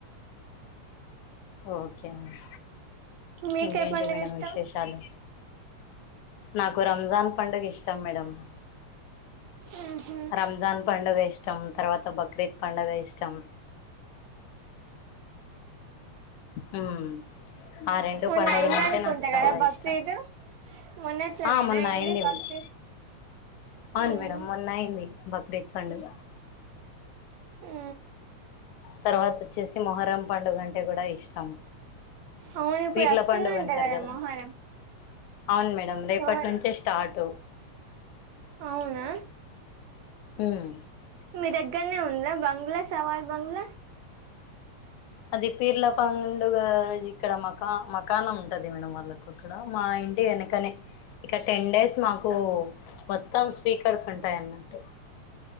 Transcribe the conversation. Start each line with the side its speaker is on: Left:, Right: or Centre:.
Left: ఓకే మేడం
Right: మీకే
Left: ఇంకేంటి
Right: పండుగ
Left: మేడం
Right: ఇష్టం
Left: విశేషాలు నాకు రంజాన్ పండుగ ఇష్టం మేడం
Right: ఉహ్
Left: రంజాన్ పండుగ ఇష్టం తర్వాత బక్రీద్ పండుగ ఇష్టం ఉ ఆ రెండు
Right: మొన్న
Left: పండుగలంటే
Right: అయింది అనుకుంటా
Left: నాకు చాలా
Right: కదా బక్రీద్
Left: ఇష్టం
Right: మొన్నట్లనేనా
Left: ఆ మొన్న అయింది
Right: బక్రీద్
Left: మేడం అవును
Right: మ్మ్
Left: మేడం మొన్న అయింది బక్రీద్ పండుగ
Right: ఉ
Left: తర్వాత వచ్చేసి మొహరం పండుగ అంటే కూడా ఇష్టం
Right: అవును ఇప్పుడు
Left: పీర్ల
Right: వస్తుందంట
Left: పండుగ అంటారు
Right: కదా
Left: గదా.
Right: మొహరం
Left: అవును మేడం రేపటి
Right: మొహరం
Left: నుంచే స్టార్ట్
Right: అవునా
Left: ఉమ్.
Right: మీ దగ్గర్నే ఉందా, బంగ్లా సవార్ బంగ్లా.
Left: అది పీర్ల పండుగ ఇక్కడ మకా, మకానం ఉంటది మేడం వాళ్ళకు. ఇక్కడ మా ఇంటి ఎనకనే, ఇక టెన్ డేస్ మాకు మొత్తం స్పీకర్స్ ఉంటాయి అన్నట్టు